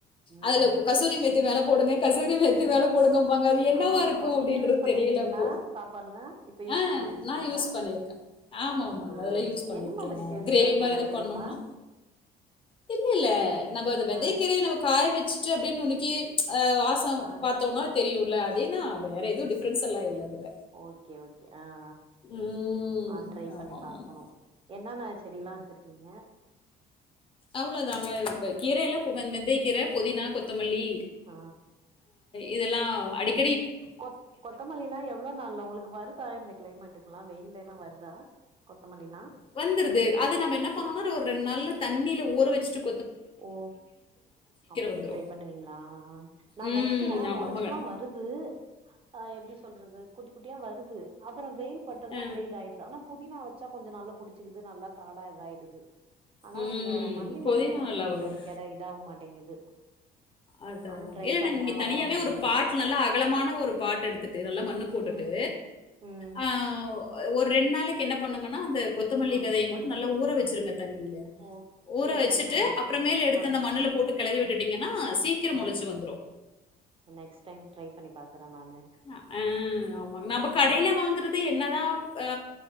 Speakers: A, on the right (about 35°); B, on the left (about 30°).
A: ம்
B: அதுல கசூரி மேத்தி மேல போடுங்க கசூரி மேத்தி மேல போடுங்க அது என்னவா
A: ஆமா
B: இருக்கு அப்டின்றது
A: நீங்க யூஸ் பண்ணிருக்கீங்களா
B: தெரியல அப்போ
A: சாப்பாடுல இப்ப யூஸ்
B: ஆ
A: பண்ண ஆரம்பிச்சிருக்கீங்களா
B: நா யூஸ் பண்ணிருக்கே ஆமாம்மாமாங்க
A: ஆ
B: அதெல்லா யூஸ் பண்ணிருக்கே
A: என்ன மாதிரி
B: நா
A: டேஸ்ட்ல
B: கிரேவி
A: இருக்கு
B: மாரி
A: ஏதாவது
B: எதோ
A: தெரியுமா
B: பண்ணோம்னா ஹிங் இல்ல நம்ப அது வெந்தயக்கீரையே
A: ஆ
B: நமக் காய வச்சிட்டு அப்டி நுணுக்கி வாசோ
A: ஆ
B: பாத்தோம்னா தெரியும்ல அதேதா வேற எதுவு டிஃப்ரன்ஸ் எல்லா இல்ல அதுல
A: ஓகே ஓகே ஆஆ
B: ம்.
A: நானு ட்ரை
B: ஆமாமாங்க.
A: பண்ணி பாக்கணு என்னென்னா செடி எல்லா வச்ருக்கீங்க
B: அவ்ளோதாங்க கீரைலா வெந்தய கீர புதினா கொத் தமல்லி
A: ஆ
B: இதெல்லா அடிக்
A: கொ கொத்தமல்லி ல்லா எவ்ளோ நாள்ல உங்களுக்கு வரு தா இந்த கிளைமேட்டுக்கு ல்லா வெயிலெல்லா வருதா கொத்தமல்லி லா
B: வந்துருது அது நம்ம என்ன பண்ணணும்னா ஒரு ரெண்டு நாள்ல தண்ணில ஊற வச்ட்டு
A: ஓ அப்டி
B: வந்துரும்.
A: ட்ரை பண்ணுவீங்களா நா
B: ம்.
A: வைக்கிறே
B: ஆமா.
A: முளச்சில்லா
B: மகள்.
A: வ ருது அ எப்டி சொல்றது குட்டி குட்டியா வருது அப்பறோ வெயில் பட்டதோ
B: அ.
A: அப்டியே இதா ஆயிடுது ஆனா புதினா வச்சா கொஞ்சோ நல்லா புடிச்சக்குது நல்லா காடா இதாயிடுது ஆனா
B: ம்.
A: இந்த மல்லி
B: புதினா
A: மட்டோ எனக்கு
B: நல்லா வரும்.
A: கெடா இதா ஆக மாட்டேங்குது
B: அதா
A: நானு
B: அதா
A: ட்ரை
B: இல்ல
A: பண்றே
B: நாங்க இங்க
A: வளர
B: தனியாவே
A: மாட்டேங்குது
B: ஒரு பாட் நல்லா அகலமான ஒரு பாட் எடுத்துட்டு நல்லா மண்ணு போட்டுட்டு
A: ம் ம்
B: ஆ ஒரு ரெண்டு நாளைக்கு என்ன பண்ணுங்கன்னா அந்த கொத்தமல்லி
A: ஆ
B: விதைய மட்டோ நல்லா ஊற வச்சிருங்க தண்ணியில
A: ஓ
B: ஊற
A: சேரி
B: வச்சுட்டு
A: சேரி நா
B: அப்புறமேல எடுத்து
A: ஆ
B: அந்த மண்ணுல போட்டு கலறி விட்டுட்டீங்கன்னா சீக்கிரோ
A: ஆ
B: மோலச்சி வந்துரோ
A: நெக்ஸ்ட் டைம் ட்ரை பண்ணி பாக்கறே நானு
B: ஆ அ ஆமா நாம
A: ஆ
B: கடையில வாங்கறது என்னதா ஆ